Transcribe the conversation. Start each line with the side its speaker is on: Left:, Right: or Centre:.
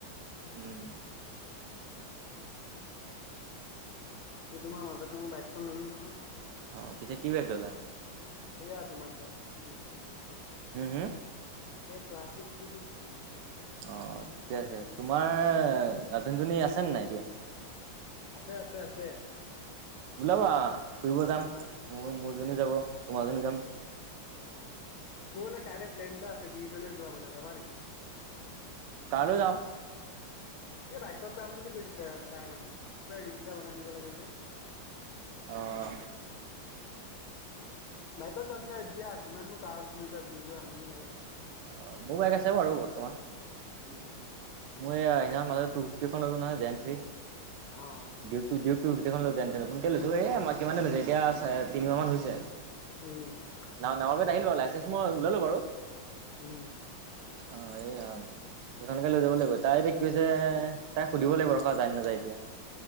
Right: উম।
Left: এইটো তোমাৰ মাজতে মই বাইকখন ললো নহয়।
Right: অ পিছে কি বাইক ললা?
Left: এইয়া তোমাৰ ক্লাছিক থ্ৰী ফিফটি।
Right: হুম হুম।
Left: এই ক্লাছিক থ্ৰী ফিফটি।
Right: অ অ ঠিকে আছে। তোমাৰ গাৰ্লফ্ৰেণ্ড জনী আছে নে নাই এতিয়া?
Left: আছে আছে আছে।
Right: ওলাবা ফুৰিব যাম মোৰ মোৰজনী যাব তোমাৰজনী যাম।
Left: অ মোৰ মানে কাইলৈ প্লেন এটা আছে বীজলৈ যোৱা মানে যাবা নেকি?
Right: কাইলৈ যাওঁ।
Left: এই বাইকত যাম বুলি কৈছে এয়া তাই মানে কিবা ৰিলচ এটা বনাই দিব লাগে বোলে।
Right: অ।
Left: বাইকত যাম যে এতিয়া। কিমানো গাৱত ঘূৰিবা ঘূৰি ঘূৰি আমনি লাগে।
Right: অ' মোৰ বাইক আছে বাৰু বৰ্তমান
Left: উম।
Right: মই এয়া সেইদিনা মাজত টো টোক দুগি এখন ল'লো নহয় জেন থ্ৰী।
Left: অ।
Right: দিউগ টো টো ফিফটি এখন লৈছোঁ নতুনকে লৈছো এ কিমান দিন লৈ হৈছে এতিয়া তিনিমাহ মান হৈছে।
Left: উম।
Right: না নাম্বাৰ প্লেট আহিল বাৰু লাইচেঞ্চ মই ওলালোঁ বাৰু।
Left: উম।
Right: অ এইয়া। সেইখনকে লৈ যাব লাগিব তাই এতিয়া কিহত যাই তাইক সুধিব লাগিব ৰখা যায় নে নাযায় এতিয়া।